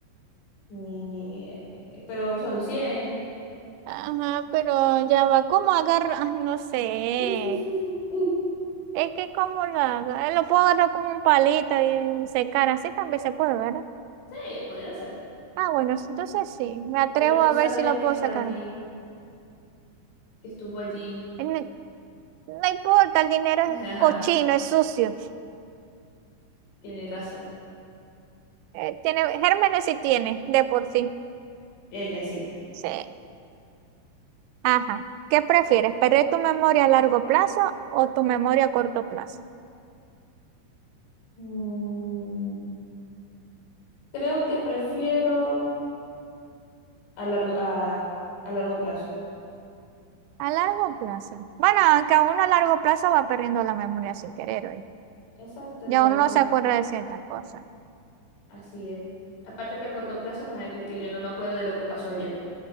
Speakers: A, on the left; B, on the right.
A: Ni- Pero son cien.
B: Ajá, pero ya va. ¿Cómo agarrar? No sé.
A: <laughs>
B: Es que cómo lo hago. Eh, Lo puedo agarrar como un palito y secar. Así también se puede, ¿verdad?
A: Sí, pudiera ser.
B: Ah, bueno, sí, entonces sí, me atrevo
A: Pero tú
B: a
A: sabrías
B: ver si lo
A: que
B: puedo
A: está
B: sacar.
A: allí, que estuvo allí.
B: Eh, No, no importa, el dinero
A: <laughs>
B: es cochino, es sucio.
A: Tienes razón.
B: Eh, tiene, gérmenes sí tiene, de por sí.
A: Ella sí.
B: Sí. Ajá. ¿Qué prefieres? ¿Perder tu memoria a largo plazo o tu memoria a corto plazo?
A: Mm. Creo que prefiero a largo, a, a largo plazo.
B: A largo plazo. Bueno, aunque uno a largo plazo va perdiendo la memoria sin querer hoy.
A: Exacto,
B: Ya
A: entonces,
B: uno no se acuerda de ciertas cosas.
A: así es. Aparte que a corto plazo, imagínate que yo no me acuerdo de lo que pasó ayer,